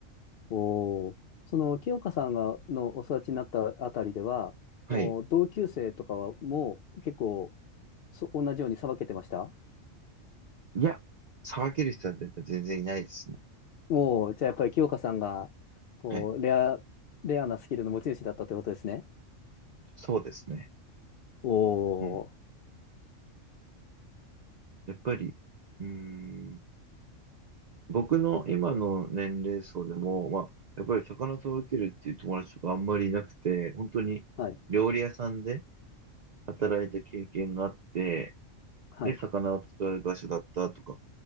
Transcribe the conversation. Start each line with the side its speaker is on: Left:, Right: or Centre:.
Left: おーその清香さんがのお育ちになったあたりでは、
Right: はい。
Left: もう同級生とかはもう結構そ同じようにさばけてました
Right: いや、騒げる人は全然いないですね。
Left: おーじゃあやっぱり清香さんがこうレア、
Right: はい。
Left: レアなスキルの持ち主だったということですね。
Right: そうですね。
Left: お
Right: うん。
Left: ー、
Right: やっぱり、うーん。僕の今の年齢層でも、まあ、やっぱり魚届けるっていう友達とかあんまりいなくて、本当に料理屋さんで
Left: はい、
Right: 働いた経験があって、
Left: はい。
Right: で、魚を使う場所だったとか、